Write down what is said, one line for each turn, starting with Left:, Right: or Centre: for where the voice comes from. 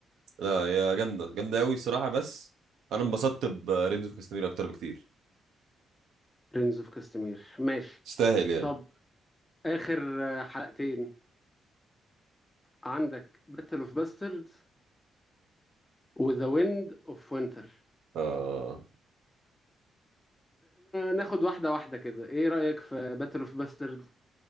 Right: لا يا جامده جامده قوي الصراحه بس انا انبسطت برينز اوف كاستمير اكتر بكتير
Left: برنس اوف كاستمير ماشي
Right: تستاهل يعني
Left: طب اخر آه، حلقتين عندك باتل اوف باستردز وذا ويند اوف وينتر
Right: آه
Left: ناخد واحده واحده كده ايه رايك في باتل اوف باستردز